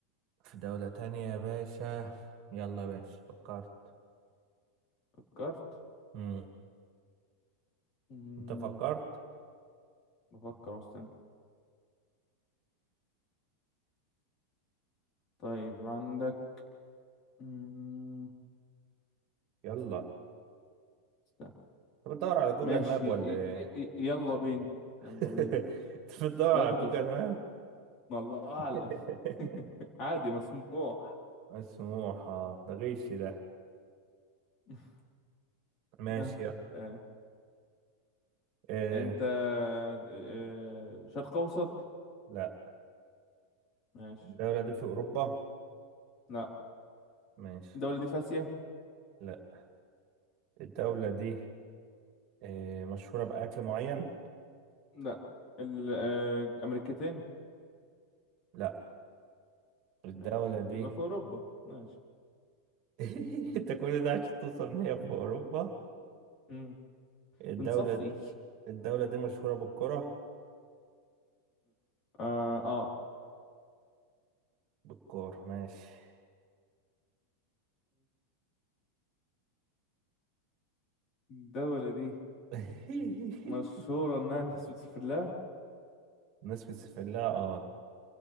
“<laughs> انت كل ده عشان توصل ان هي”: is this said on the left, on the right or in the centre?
Right